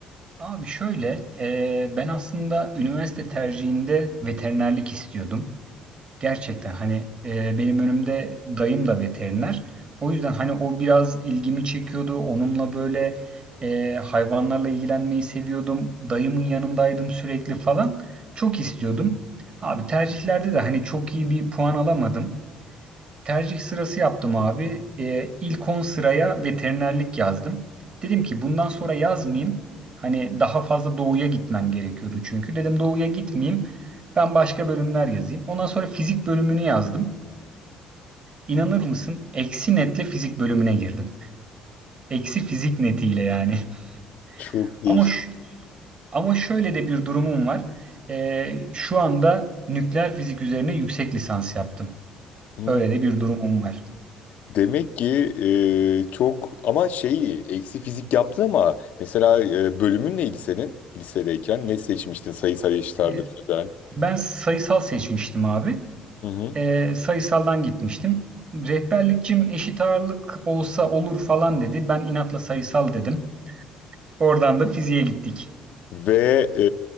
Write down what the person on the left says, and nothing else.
Çok
değişik.
Hmm.
Demek ki e, çok ama şey eksi fizik yaptı ama mesela e, bölümün neydi senin lisedeyken? Ne seçmiştin? Sayısal eşit ağırlık,
sözel.
Hı hı.
Ve e,